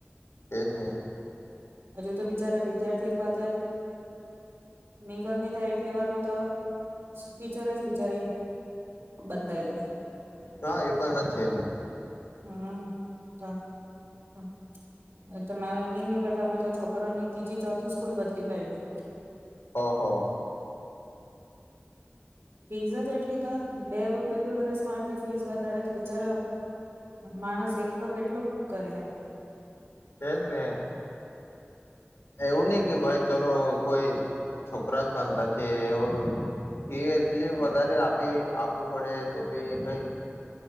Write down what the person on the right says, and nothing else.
હજુ તો બિચારા વિદ્યાર્થી એ લોકો હાથે મિંગલ ની થાય એટલી વારમાં તો ટીચર જ બિચારી બદલાય જાય.
હમ્મ તો તો એ તમારો ની-ની કરતા મેં તો છોકરોઓની ત્રીજી ચોથી સ્કૂલ બદલી કાયઢી.
ફીઝ જ એટલી તો બે-બે-બે વરસમાં આટલી ફીસ વધારે તો બિચારો માણસ એકલો કેટલું કરહે.